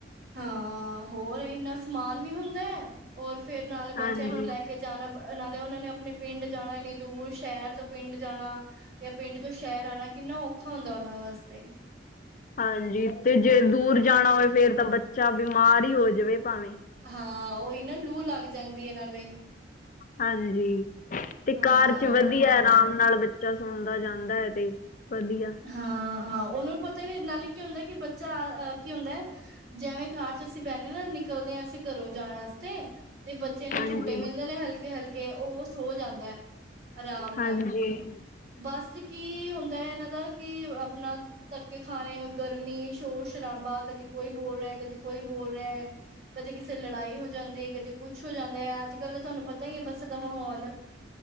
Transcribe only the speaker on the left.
ਹਾਂਜੀ
ਹਾਂਜੀ, ਤੇ ਜੇ ਦੂਰ
ਜਾਣਾ ਹੋਵੇ, ਫੇਰ ਤਾਂ ਬੱਚਾ ਬਿਮਾਰ ਹੀ ਹੋ ਜਾਵੇ ਭਾਵੇਂ,
ਹਾਂਜੀ, ਤੇ
ਕਾਰ ਚ ਵਧੀਆ ਆਰਾਮ ਨਾਲ ਬ ਬੱਚਾ ਸੌਦਾ ਜਾਂਦਾ ਹੈ ਤੇ, ਵਧੀਆ
ਹਾਂਜੀ
ਹਾਂਜੀ